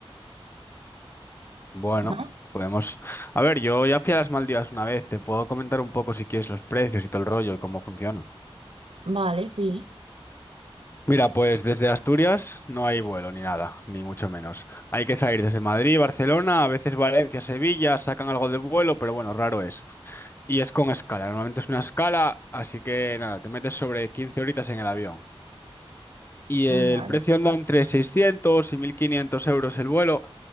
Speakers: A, on the left (about 25°); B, on the right (about 70°).
A: Bueno,
B: ¿no?
A: podemos... A ver, yo ya fui a las Maldivas una vez, te puedo comentar un poco si quieres los precios y todo el rollo y cómo funciona.
B: Vale, sí.
A: Mira, pues desde Asturias no hay vuelo ni nada, ni mucho menos. Hay que salir desde Madrid, Barcelona, a veces Valencia, Sevilla, sacan algo de vuelo, pero bueno, raro es. Y es con escala, normalmente es una escala, así que nada, te metes sobre 15 horitas en el avión. Y
B: Mm,
A: el
B: Vale.
A: precio anda entre 600 y 1500 euros el vuelo,